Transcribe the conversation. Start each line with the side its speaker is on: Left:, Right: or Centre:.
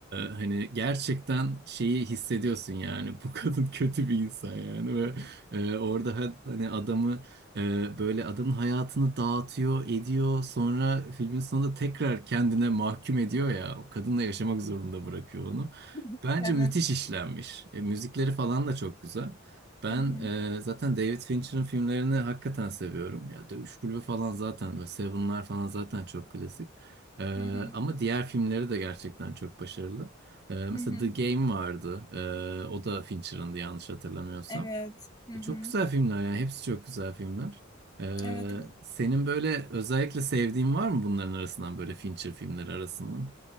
Right: hani gerçekten şeyi hissediyorsun yani bu kadın <laughs> kötü bir insan yani ve e, orada ha- hani adamı e, böyle adamın hayatını dağıtıyor ediyor sonra filmin sonunda tekrar kendine mahkum ediyor ya o kadınla yaşamak zorunda bırakıyor onu.
Left: <laughs>
Right: Bence
Left: Evet.
Right: müthiş işlenmiş. E, müzikleri falan da çok güzel. Ben
Left: Hı hı.
Right: e, zaten David Fincher'ın filmlerini hakikaten seviyorum. Ya Dövüş Kulübü falan zaten böyle Seven'lar falan zaten çok klasik. E,
Left: Hı hı.
Right: ama diğer filmleri de gerçekten çok başarılı. E, mesela
Left: Hı hı.
Right: The Game vardı. E, o da Fincher'ındı yanlış hatırlamıyorsam.
Left: Evet. Hı
Right: E,
Left: hı.
Right: çok güzel filmler yani hepsi çok güzel filmler. E,
Left: Evet. evet.
Right: senin böyle özellikle sevdiğin var mı bunların arasından böyle Fincher filmleri arasından?